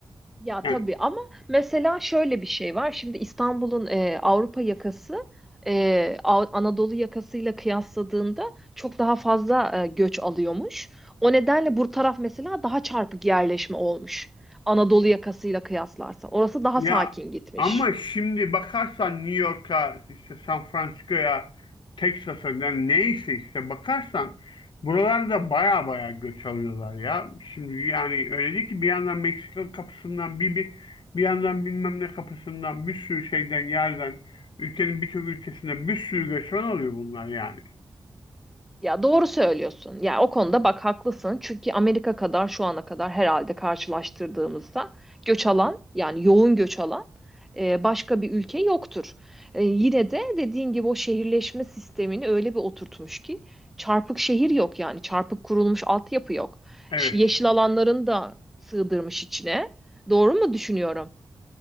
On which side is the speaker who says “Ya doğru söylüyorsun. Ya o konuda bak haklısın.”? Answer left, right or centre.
Centre